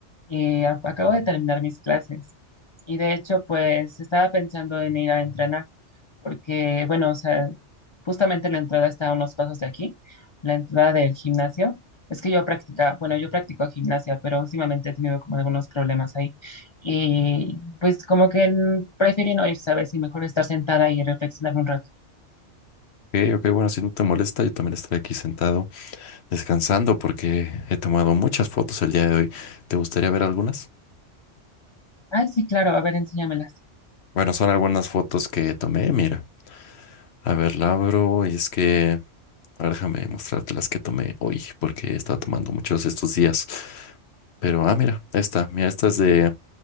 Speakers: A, on the left; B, on the left.
A: Y a- acabo de terminar mis clases. Y de hecho, pues estaba pensando en ir a entrenar. porque, bueno, o sea, justamente la entrada está a unos pasos de aquí, la entrada del gimnasio. Es que yo practicaba, bueno, yo practico gimnasia, pero últimamente he tenido como algunos problemas ahí. Y pues como que mm, preferí no ir, ¿sabes? Y mejor estar sentada y reflexionar un rato.
B: Ok, ok, bueno, si no te molesta, yo también estaré aquí sentado descansando porque he tomado muchas fotos el día de hoy. ¿Te gustaría ver algunas?
A: Ay, sí, claro, a ver, enséñamelas.
B: Bueno, son algunas fotos que tomé, mira. A ver, la abro y es que... a ver, déjame mostrarte las que tomé hoy porque he estado tomando muchos estos días. Pero, ah, mira, esta, mira, esta es de